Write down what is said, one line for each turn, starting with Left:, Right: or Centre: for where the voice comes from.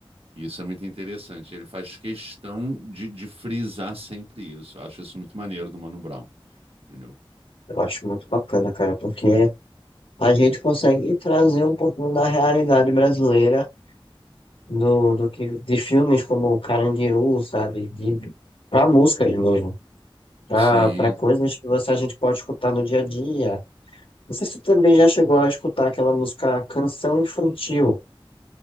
Right: Isso é muito interessante. Ele faz questão de, de frisar sempre isso. Eu acho isso muito maneiro do Mano Brown. Entendeu?
Left: eu acho muito bacana, cara, porque a gente consegue trazer um pouquinho da realidade brasileira do, do que, de filmes como Carandiru, sabe? De, pra músicas mesmo. Pra,
Right: Sim.
Left: pra coisas que você, a gente pode escutar no dia a dia Não sei se você também já chegou a escutar aquela música Canção Infantil.